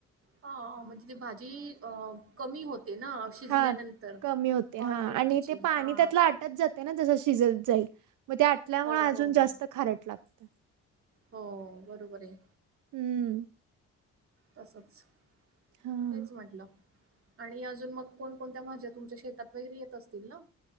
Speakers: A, on the right (about 45°); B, on the right (about 80°).
A: हा म्हणजे ती भाजी अ कमी होते ना शिजल्यानंतर?
B: हा कमी होते
A: क्वांटिटीची
B: हा आणि
A: तिची
B: ते पाणी
A: हा.
B: त्यातलं आटत जाते ना जसं शिजत जाईल मग ते आटल्यामुळ
A: हो
B: अजून
A: हो हो
B: जास्त खारट लागत.
A: हो बरोबर ए.
B: हम्म.
A: तसच
B: हा
A: तेच म्हटलं. आणि अजून मग कोणकोणत्या भाज्या तुमच्या शेतात वगैरे येत असतील ना?